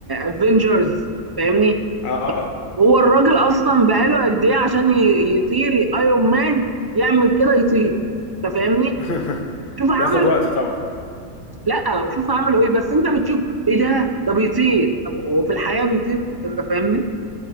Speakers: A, on the right; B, on the left.
A: افنجرز فاهمني
B: اه
A: هو الراجل اصلا بقاله قد ايه عشان ي- يطير ايرون مان يعمل كده يطير انت فاهمني
B: <laughs>
A: شوف عمل
B: بياخد وقت طبعا
A: لا وشوف عملوا ايه بس انت بتشوف ايه ده ده بيطير طب هو في الحياه بيطير انت فاهمني